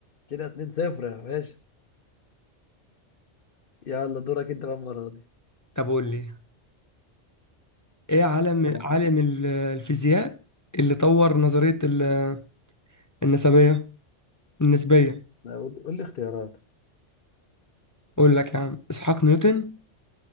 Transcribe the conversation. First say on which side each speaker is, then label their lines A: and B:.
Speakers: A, on the left; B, on the left.
A: كده 2 0 يا باشا يلا دورك انت بقى المره دي
B: طب قول لي ايه عالم
A: انا
B: عالم ال- الفيزياء اللي طور نظريه ال- النسبيه النسبيه
A: أنا قول قول لي اختيارات
B: اقول لك يا عم اسحاق نيوتن